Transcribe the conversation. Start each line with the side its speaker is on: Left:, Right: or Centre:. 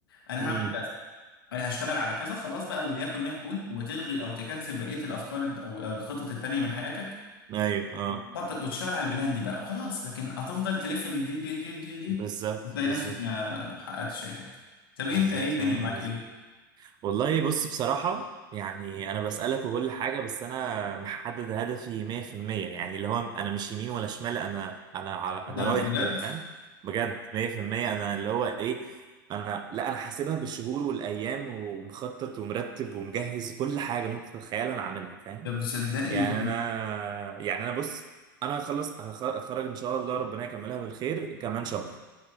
Left: انا
Right: امم
Left: هعمل كذا انا هشتغل على كذا خلاص بقى وليكن ما يكون وتلغي او تكنسل بقية الافكار الد- او أو الخطط التانية من حياتك
Right: ايوه اه
Left: خطط وتشتغل على البلان دي بقى وخلاص لكن هتفضل تلف من دي لدي لدي لدي لدي
Right: بالظبط
Left: هتلاقي
Right: بالظبط
Left: نفسك ما حققتش اي حاجه طب انت
Right: بالظبط
Left: ايه الدنيا
Right: فاهم
Left: معاك
Right: قصدي
Left: ايه؟
Right: والله بص بصراحة يعني أنا بسألك وكل حاجة بس أنا محدد هدفي 100% يعني اللي هو أنا مش يمين ولا شمال أنا أنا ع- أنا
Left: ده بجد؟
Right: رايح كده فاهم بجد 100% أنا اللي هو إيه أنا لا أنا حاسبها بالشهور والأيام ومخطط ومرتب ومجهز كل حاجة ممكن تتخيلها أنا عاملها فاهم
Left: طب صدقني
Right: يعني
Left: جميل
Right: أنا يعني أنا بص أنا هتخلص هخ- هتخرج إن شاء الله ربنا يكملها بالخير كمان شهر